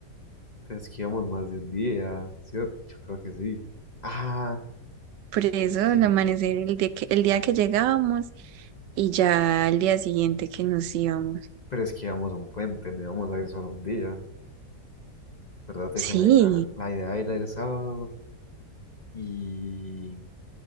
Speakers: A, on the left; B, on the right.
A: Pero es que íbamos más de un día, ¿sí? Yo creo que sí. Ah,
B: Por eso,
A: sí.
B: el amanecer, el día que, el día que llegábamos y ya al día siguiente que nos íbamos.
A: Pero es que íbamos a un puente, no íbamos a ir solo un día. Acuérdate
B: Sí,
A: que la idea, la idea era el sábado y